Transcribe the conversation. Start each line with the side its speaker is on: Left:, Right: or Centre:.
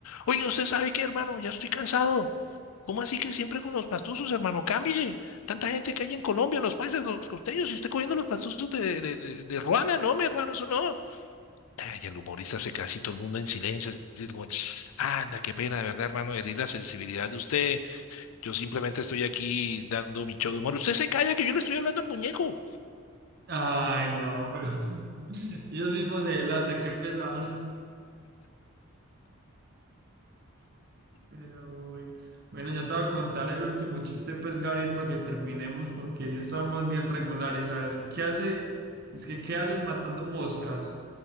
Left: Oye, ¿usted sabe qué, hermano? Ya estoy cansado. ¿Cómo así que siempre con los pastuzos, hermano? Cambie. Tanta gente que hay en Colombia, los paisas, los costeños, y usted cogiendo los pastuzos de, de, de, de Ruana, no, mi hermano, eso no. Ay, el humorista se casi todo el mundo en silencio. así como, anda, qué pena, de verdad, hermano, herir la sensibilidad de usted. Yo simplemente estoy aquí dando mi show de humor. Usted se calla que yo le estoy hablando al muñeco.
Right: Ay, no, pero <laughs> ellos mismos se delatan, qué pesar. Pero bueno. Bueno, ya te voy a contar el último chiste, pues, Gabriel, para que terminemos, porque ya estamos bien regulares. A ver, ¿qué hace? Es que, ¿qué haces matando moscas?